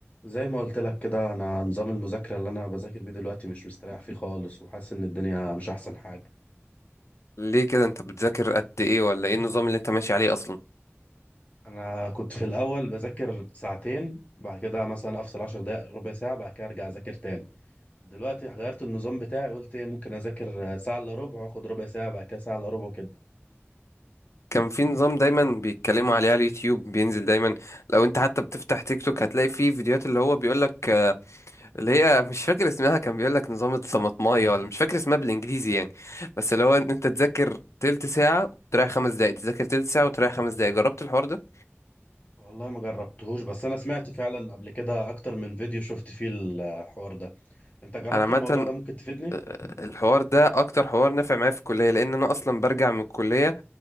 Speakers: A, on the left (about 30°); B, on the left (about 80°).
A: زي ما قلت لك كده انا نظام المذاكره اللي انا بذاكر بيه دلوقتي مش مستريح فيه خالص وحاسس ان الدنيا مش احسن حاجه
B: ليه كده انت بتذاكر قد ايه ولا ايه النظام اللي انت ماشي عليه اصلا
A: انا كنت في الاول بذاكر ساعتين بعد كده مثلا افصل 10 دقائق ربع ساعه بعد كده ارجع اذاكر تاني دلوقتي غيرت النظام بتاعي قلت إيه، ممكن اذاكر ساعه الا ربع واخد ربع ساعه بعد كده ساعه الا ربع وكده
B: كان في نظام دايما بيتكلموا عليه على اليوتيوب بينزل دايما لو انت حتى بتفتح تيك توك هتلاقي فيه فيديوهات اللي هو بيقولك آه، اللي هي مش فاكر اسمها كان بيقولك نظام الطماطمايه ولا مش فاكر اسمها بالانجليزي يعني بس اللي هو ان انت تذاكر تلت ساعة وتريح خمس دقايق تذاكر تلت ساعة وتريح خمس دقايق جربت الحوار ده
A: والله ما جربتهوش بس انا سمعت فعلا قبل كده اكتر من فيديو شفت فيه الحوار ده انت جربت
B: انا عامة
A: الموضوع ده ممكن تفيدني
B: الحوار ده اكتر حوار نافع معايا في الكليه لان انا اصلا برجع من الكليه